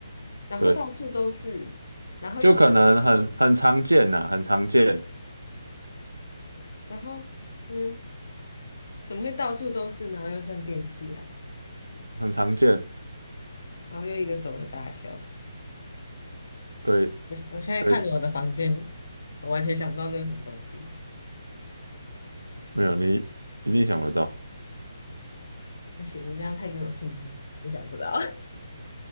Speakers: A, on the left; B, on the right.
A: 然后到处都是，
B: 对。
A: 然后又算电器，
B: 就可能很很常见呐、很常见，
A: 然后嗯，怎么会到处都是，然后又算电器啊？
B: 很常见。
A: 然后又一个手的大小。
B: 对
A: 我我现在看着我的房间，
B: 对，
A: 我完全想不到那是什么东西。
B: 没有你一定想得到，
A: 不行，你这样太给我信心，我想不到。<laughs>